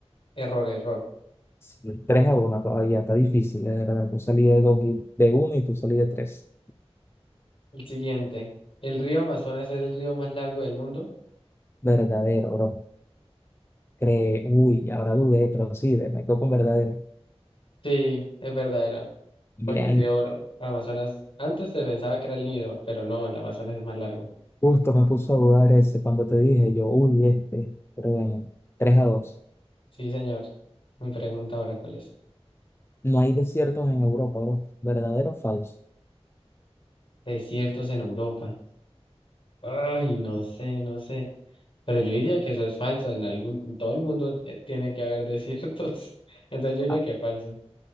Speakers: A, on the left; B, on the left.
A: error, error.
B: Sí, 3 a uno todavía, está difícil, de verdad. Yo salí de 2 y de uno y tú salí de tres,
A: El siguiente. ¿El río Amazonas es el río más largo del mundo?
B: Verdadero, bro. Cree, uy, ahora dudé, pero sí, de- me quedo con verdadero.
A: Sí, es verdadera.
B: Bien,
A: Porque el río Oro- Amazonas, antes se pensaba que era el Nido, pero no, el Amazonas es más largo.
B: justo me puso a dudar ese cuando te dije, yo, uy, este. Pero bueno, 3 a 2.
A: Sí, señor. Mi pregunta ahora, ¿cuál es?
B: No hay desiertos en Europa, bro. ¿Verdadero o falso?
A: Desiertos en Europa. Ay, no sé, no sé. Pero yo diría que eso es falso. En algún, en todo el mundo eh, tiene que haber desiertos. <laughs> Entonces yo diría
B: Ah,
A: que es falso.